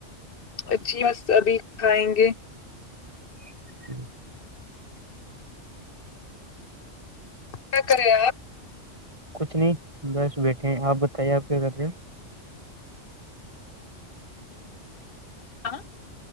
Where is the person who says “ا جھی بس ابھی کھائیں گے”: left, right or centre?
Left